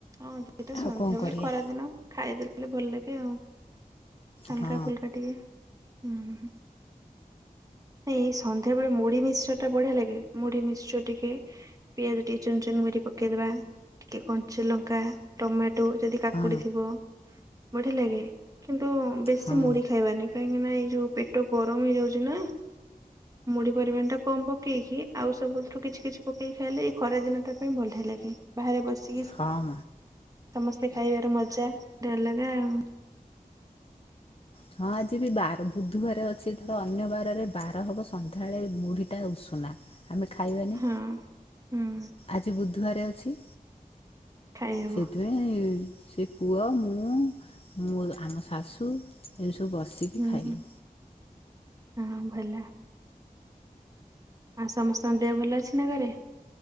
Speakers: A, on the right; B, on the left.
A: ହଁ ଦିଟା
B: ଆଉ
A: ସନ୍ଧ୍ୟାବେଳେ
B: କଣ କରିବା?
A: ଖରା ଦିନ ଖାଇଦେଲେ ଭଲ ଲାଗେ ଆଉ। ହଲକା
B: ହଁ
A: ଫୁଲକା ଟିକେ ଉଁ ହୁଁ। ଏ ସନ୍ଧ୍ୟାବେଳେ ମୁଢ ମିଶ୍ଚର ଟା ବଢିଆ ଲାଗେ ମୁଢି ମିଶ୍ଚର ଟିକେ ପିଆଜ ଟିକେ ଚୁନ ଚୁନ କରି ପକେଇଦବା। ଟିକେ କଞ୍ଚା ଲଙ୍କା ଟମାଟୋ ଯଦି କାକୁଡି
B: ହଁ
A: ଥିବ ବଢିଆ ଲାଗେ। କିନ୍ତୁ ବେଶୀ
B: ହଁ
A: ମୁଢି ଖାଇବାନି କାହିଁକି ନା ଏଇ ଯୋଉ ପେଟ ଗରମ ହେଇଯାଉଚି ନା। ମୁଢି ପରିମାଣ ଟା କମ ପକେଇକି ଆଉ ସବୁଥିରୁ କିଛି କିଛି ପକେଇକି ଖାଇଲେ ଏଇ ଖରାଦିନ ଟା ପାଇଁ ଭଲ ଲାଗେ। ବାହାରେ ବସିକି ସେ
B: ହଁ।
A: ସମସ୍ତେ ଖାଇବାର ମଜା ଗୋଟେ ଅଲଗା ଆଉ।
B: ହଁ ଆଜି ବି ବାର ବୁଧବାର ଅଛି ଧର ଅନ୍ୟ ବାରରେ ବାର ହବ ସନ୍ଧ୍ୟାବେଳେ ମୁଢିଟା ଉଷୁନା। ଆମେ ଖାଇବାନି
A: ହଁ ହୁଁ।
B: ଆଜି ବୁଧବାର ଅଛି।
A: ଖାଇହବ
B: ସେଥିପାଇଁ ସେ ପୁଅ ମୁଁ ମ ଆମ ଶାଶୁ ଏମିତି ସବୁ ବସିକି
A: ହୁଁ
B: ଖାଇଲୁ।
A: ହୁଁ ହଁ ଭଲା। ଆ ସମସ୍ତଙ୍କ ଦେହ ଭଲ ଅଛି ନା ଘରେ?